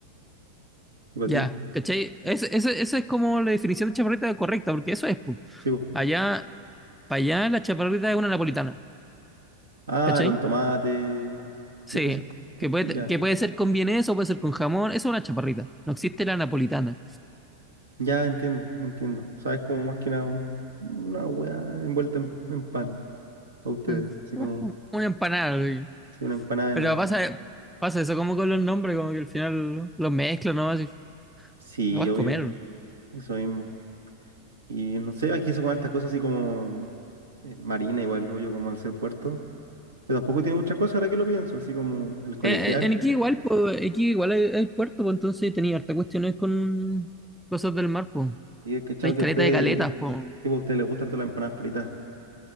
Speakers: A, on the right (about 70°); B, in the centre.
A: ¿Y para
B: Ya,
A: ti?
B: ¿cachai? Esa es como la definición de chaparrita correcta, porque eso es, pu.
A: Sí, pues.
B: Allá, para allá la chaparrita es una napolitana,
A: Ah,
B: ¿cachai?
A: con tomate.
B: Sí,
A: Ve, ese es como- como-
B: que puede,
A: Ya,
B: que puede ser con vienés o puede ser con jamón, eso es una chaparrita. No existe la napolitana.
A: ya entiendo, entiendo. Sabes como más que nada un- una hueá envuelta en, en pan a ustedes.
B: Mm,
A: Así como,
B: Una empanada, güey.
A: sí, una empanada.
B: Pero pasa,
A: de-
B: pasa eso como con los nombres, como que al final los mezclan, ¿no? Así,
A: Sí,
B: la vas
A: obvio,
B: a comer.
A: eso mismo. Y no sé, aquí se comen estas cosas así como eh, marina, igual, obvio, como al ser puerto. Pero tampoco tiene muchas cosas ahora que lo pienso, así como el colegial.
B: Eh, eh, En Iquique igual, pues, Iquique igual hay, hay puerto, pues, entonces tenía harta cuestiones con cosas del mar, pues.
A: Y he cachado
B: Tenéis
A: que
B: caleta
A: a ustedes,
B: de caletas, pues.
A: tipo, a ustedes les gusta harto la empanada frita.